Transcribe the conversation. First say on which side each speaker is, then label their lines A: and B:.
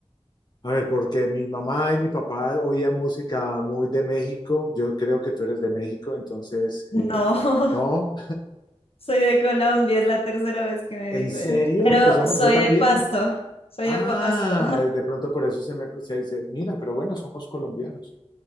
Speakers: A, on the left; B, on the left.
A: a ver, porque mi mamá y mi papá oían música muy de México. Yo creo que tú eres de México, entonces,
B: No,
A: eh, no,
B: <laughs> soy de Colombia, es la tercera vez que me
A: en
B: dicen,
A: serio,
B: pero
A: pues somos-
B: soy
A: yo también.
B: de Pasto, soy
A: Ah,
B: de Pasto.
A: de pronto por eso se me se dice, mira, pero bueno, somos colombianos.